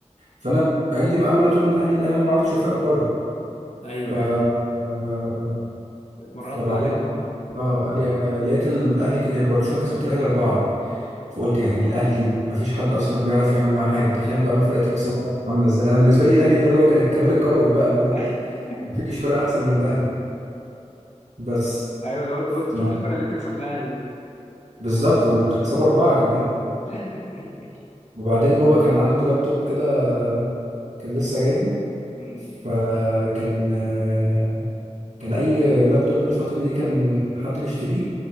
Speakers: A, on the right; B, on the left.
A: فانا عيلتي بقى عماله تقول الاهلي الاهلي وانا ما اعرفش فرق بره
B: ايوه
A: ف
B: ايوه
A: آه،
B: مرضت
A: فبعدين
B: عليهم
A: اه قال لي آه، لقيت الاهلي ك- برشلونه كسبت الاهلي اربعه فقلت يعني الاهلي ما فيش حد اصلا بيعرف يعمل معاه حاجه تخيل بقى ما فرقه تكسب واحد عامله ازاي انا بالنسبه لي الاهلي ده اللي هو كان الكمال الكروي بقى اللي انا
B: <laughs>
A: ما فيش فرقه احسن من الاهلي بس
B: ايوه لو انت قلت شوف
A: يعني
B: الفرقه اللي بتكسب الاهلي دي
A: بالظبط وتكسبوا اربعه كمان
B: <laughs>
A: وبعدين بابا كان عنده لابتوب كده آه، كان لسه جايبه
B: امم
A: فكان آه، كان اي لابتوب الفتره دي كان حد بيشتريه